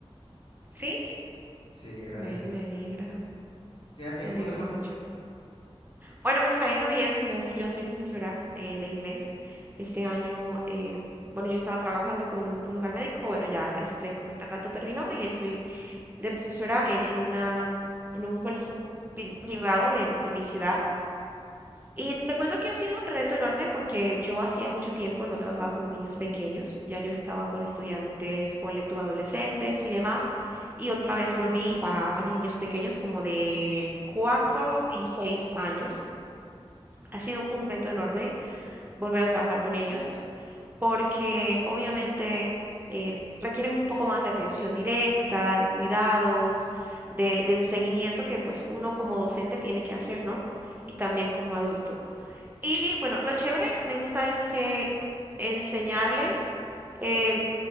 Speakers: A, on the right; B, on the left.
A: ¿sí?
B: Sí, gracias.
A: Bueno, me alegra,
B: ¿Y a ti
A: me
B: cómo
A: alegra
B: te fue?
A: mucho. Bueno, me está yendo bien. Tú sabes que yo soy profesora de, de inglés. Este año, eh, bueno, yo estaba trabajando con un lugar médico. Bueno, ya este contrato terminó y estoy de profesora en, en una, en un colegio pri- privado de, de mi ciudad. Y te cuento que ha sido un reto enorme porque yo hacía mucho tiempo no trabajaba con niños pequeños. Ya yo estaba con estudiantes, ponle tú, adolescentes y demás. Y otra vez volví a, a niños pequeños como de 4 y 6 años. Ha sido un reto enorme volver a trabajar con ellos porque obviamente eh, requieren un poco más de atención directa, de cuidados, de, del seguimiento que pues uno como docente tiene que hacer, ¿no? Y también como adulto. Y bueno, lo chévere me gusta es que enseñarles em,